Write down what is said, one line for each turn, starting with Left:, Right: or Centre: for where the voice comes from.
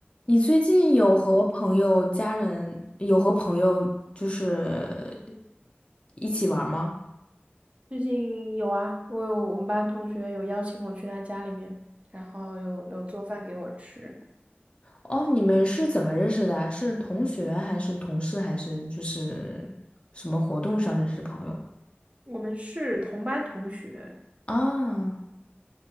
Left: 你最近有和朋友、家人有和朋友就是一起玩吗？
Right: 最近有啊，我有我们班同学有邀请我去他家里面，然后有有做饭给我吃。
Left: 哦，你们是怎么认识的啊？是同学还是同事还是就是什么活动上认识的朋友
Right: 我们是同班同学，
Left: 啊？